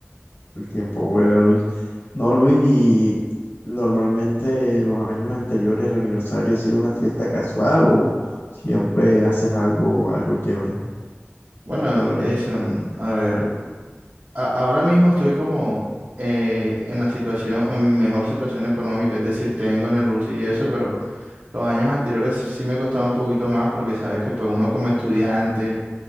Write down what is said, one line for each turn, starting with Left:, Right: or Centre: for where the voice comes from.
Left: el tiempo vuela, Luis. No, Luis, y normalmente los años anteriores el aniversario ha sido una fiesta casual o siempre haces algo, algo chévere.
Right: bueno, Jason, a ver, a- ahora mismo estoy como eh, en la situación, en mejor situación económica, es decir, tengo en el bolsillo eso, pero los años anteriores sí me costaba un poquito más porque sabes que pues uno como estudiante